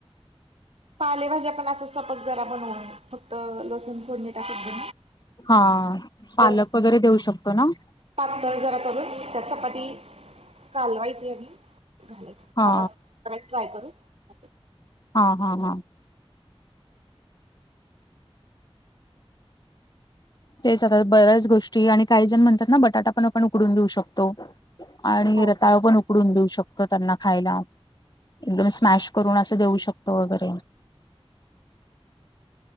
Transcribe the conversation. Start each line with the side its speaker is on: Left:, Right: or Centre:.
Right: पालेभाज्या पण असं स्वयंपाक जरा बनवून फक्त लसूण फोडणी टाकत.
Left: हा
Right: तर
Left: पालक वगैरे देऊ शकतो ना.
Right: पातळ जरा करून त्या चपाती कालवायची आणि घालायचे.
Left: हा
Right: खातच ट्राय करू ख.
Left: हा हा हा. तेच आ बऱ्याच गोष्टी आणि काही जण म्हणतात ना बटाटा पण आपण उकडून देऊ शकतो. आणि
Right: हो
Left: रताळ पण उकडून देऊ शकतो. त्यांना खायला एकदम स्मॅश करून असं देऊ शकत वगैरे.